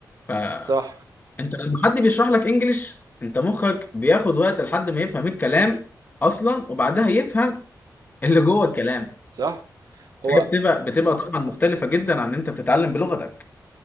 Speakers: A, on the left; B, on the right.
A: فانت
B: صح
A: لما حد بيشرح لك انجلش انت مخك بياخد وقت لحد ما يفهم الكلام اصلا وبعدها يفهم اللي جوه الكلام
B: صح هو
A: هي بتبقى بتبقى طبعا مختلفة جدا عن ان انت بتتعلم بلغتك